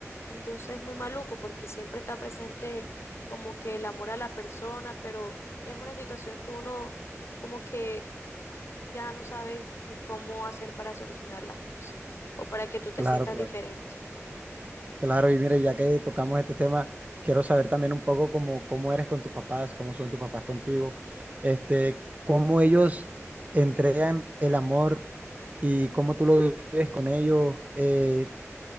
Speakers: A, on the left; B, on the right.
A: Entonces es muy maluco, porque siempre está presente como que el amor a la persona, pero ya es una situación que uno como que ya no sabe ni cómo hacer para solucionar las cosas o para que tú te
B: claro,
A: sientas
B: claro.
A: diferente.
B: Claro, y mire, ya que tocamos este tema, quiero saber también un poco cómo, cómo eres con tus papás, cómo son tus papás contigo, este, cómo ellos entregan el amor y cómo tú lo vives con ellos. eh,